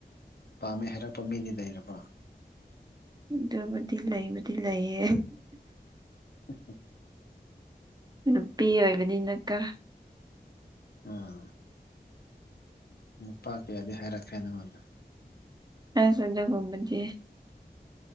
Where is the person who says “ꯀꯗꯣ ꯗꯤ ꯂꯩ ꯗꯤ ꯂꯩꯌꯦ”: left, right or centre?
Right